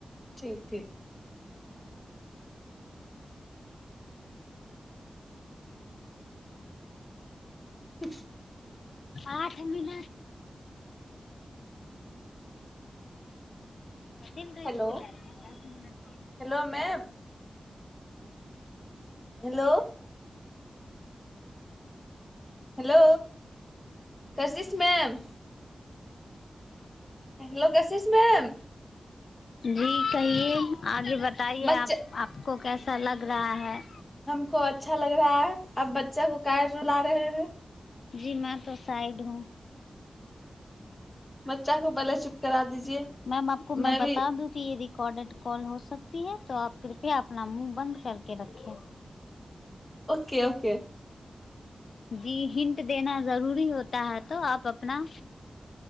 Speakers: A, on the left (about 20°); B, on the left (about 75°).
A: ठीक ठीक <unintelligible>
B: आठ मिन कथििन रिस्क
A: हेलो
B: ल दस मिन
A: hello ma'am hello hello cassis ma'am लसस मैम
B: जी कहिए आ जी बताइए
A: बच्चा
B: आ आपको कैसा लग रहा है
A: <unintelligible>
B: जीमें तो साइड हू
A: <unintelligible>
B: <unintelligible>
A: मैं भी
B: <unintelligible>
A: ओ ओ
B: जी हिंट देना जरूरी होता है तो आप अपना